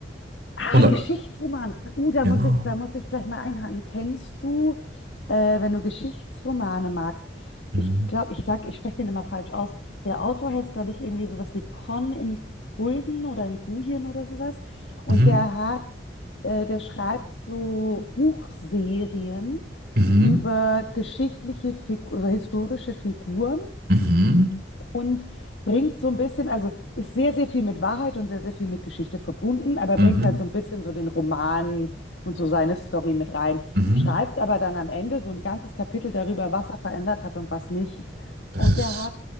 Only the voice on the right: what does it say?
Und, äh,
genau.
Mhm.
Mhm.
Mhm.
Mhm.
Mhm.
Mhm.
Das
ist.